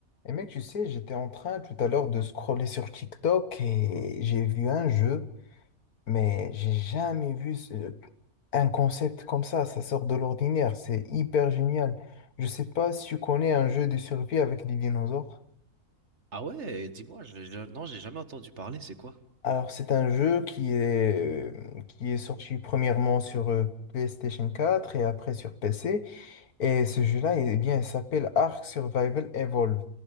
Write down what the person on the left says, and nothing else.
Et mec, tu sais, j'étais en train tout à l'heure de scroller sur TikTok et j'ai vu un jeu, mais j'ai jamais vu ce- un concept comme ça. Ça sort de l'ordinaire, c'est hyper génial. Je sais pas si tu connais un jeu de survie avec des dinosaures.
Alors, c'est un jeu qui est, euh, qui est sorti premièrement sur euh, PlayStation quatre et après sur PC. Et ce jeu-là, eh bien, il s'appelle Ark Survival Evolved.